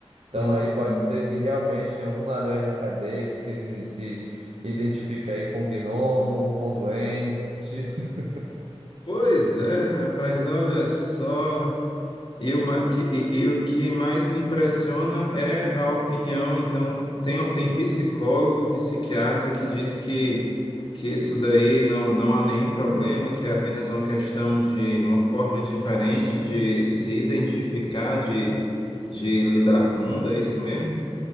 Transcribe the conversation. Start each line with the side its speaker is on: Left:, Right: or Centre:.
Right: Então
Left: Hum,
Right: aí pode
Left: hum.
Right: ser que realmente tenha algum ladrão aí na cadeia que se, igni- se identifica aí com gnomo, com duende. <laughs>
Left: Pois é, rapaz, olha só. E o ma- que, e- e o que mais me impressiona é a opinião, então, tem, tem psicólogo, psiquiatra que diz que, que isso daí não, não há nenhum problema, que é apenas uma questão de uma forma diferente de se identificar, de, de lidar com o mundo, é isso mesmo?